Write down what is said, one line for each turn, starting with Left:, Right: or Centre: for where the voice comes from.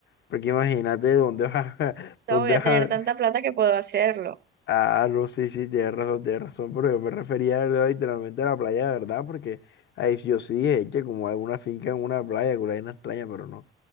Left: porque imagínate dónde vas <laughs>
Right: sea,
Left: ¿Dónde
Right: voy a
Left: vas?
Right: tener tanta plata que puedo hacerlo.
Left: Ah, no, sí, sí, tienes razón, tienes razón, pero yo me refería ¿verdad? literalmente a la playa, ¿verdad? Porque ahí yo sí es que como hay una finca en una playa, que hay una vaina extraña, pero no.